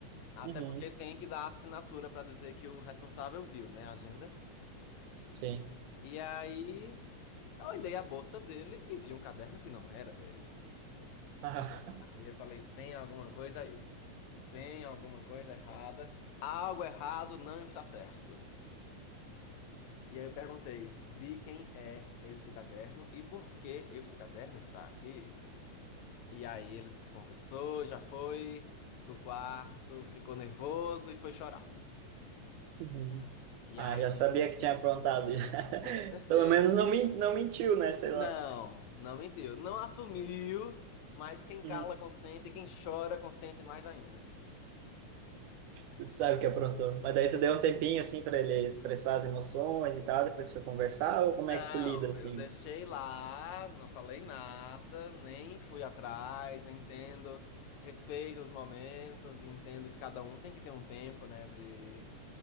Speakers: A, on the left (about 75°); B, on the right (about 80°).
A: até
B: Uhum,
A: porque tem que dar assinatura pra dizer que o responsável viu, né, a agenda.
B: Sim.
A: E aí, eu olhei a bolsa dele e vi um caderno que não era dele.
B: Ah,
A: Aí
B: <laughs>
A: eu falei, tem alguma coisa aí? Tem alguma coisa errada? Algo errado não está certo. E aí eu perguntei, de quem é esse caderno e por que esse caderno está aqui? E aí ele desconfessou, já foi pro quarto, ficou nervoso e foi chorar.
B: uhum.
A: E
B: ah,
A: aí,
B: já sabia que tinha aprontado. <laughs>
A: com certeza.
B: Pelo menos não, men- não mentiu, né? Sei lá.
A: Não, não mentiu. Não assumiu, mas quem cala
B: uhum.
A: consente e quem chora consente mais ainda.
B: Tu sabe que aprontou. Mas daí tu deu um tempinho, assim, para ele expressar as emoções e tal, depois foi conversar, ou como
A: Não,
B: é que tu lida, assim?
A: eu deixei lá, não falei nada, nem fui atrás, entendo, respeito os momentos e entendo que cada um tem que ter um tempo, né, de